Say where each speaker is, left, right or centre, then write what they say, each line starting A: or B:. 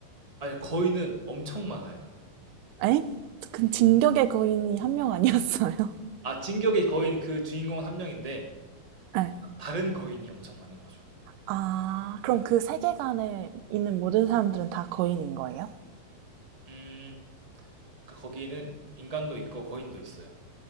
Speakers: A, on the right (about 35°); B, on the right (about 75°).
A: 아니 거인은 엄청 많아요.
B: 에? 그 진격의 거인이 한 명 아니었어요? <laughs>
A: 아 진격의 거인 그 주인공은 한 명인데
B: 네.
A: 다른 거인이 엄청 많은 거죠.
B: 아, 그럼 그 세계관에 있는 모든 사람들은 다 거인인 거예요?
A: 음, 그 거기에는 인간도 있고 거인도 있어요.